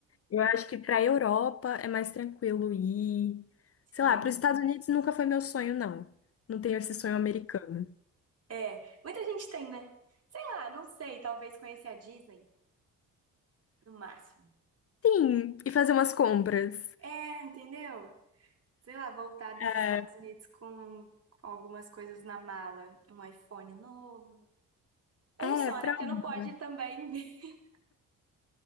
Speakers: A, on the left; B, on the right.
A: Eu acho que para a Europa é mais tranquilo ir.
B: Sim.
A: Sei lá, para os Estados Unidos nunca foi meu sonho, não. Não tenho esse sonho americano.
B: É, muita gente tem, né? Sei lá, não sei, talvez conhecer a Disney no máximo.
A: Sim, e fazer umas compras.
B: É, entendeu? Sei lá, voltar dos
A: É,
B: Estados Unidos com, com algumas coisas na mala, um iPhone novo. Um
A: é,
B: só,
A: pronto.
B: né? Porque não pode também. <laughs>